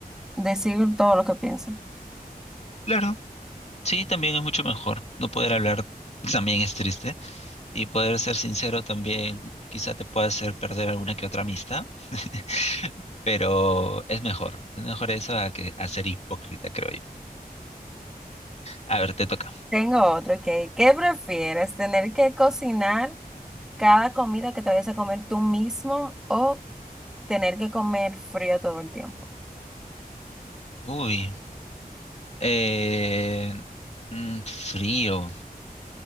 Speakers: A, in the centre; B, on the left.
A: decir todo lo que pienso.
B: Claro. Sí, también es mucho mejor. No poder hablar <laughs> también es triste. Y poder ser sincero también quizá te pueda hacer perder alguna que otra amistad. <laughs> Pero es mejor. Es mejor eso a que a ser hipócrita, creo yo. A ver, te toca.
A: Tengo otro que, ¿qué prefieres? ¿Tener que cocinar cada comida que te vayas a comer tú mismo o tener que comer frío todo el tiempo?
B: Uy. Eh, mm, frío.